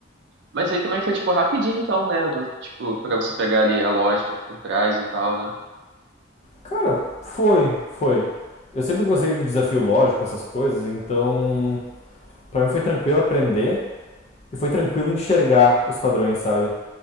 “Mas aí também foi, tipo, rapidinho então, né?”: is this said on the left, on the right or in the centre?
Right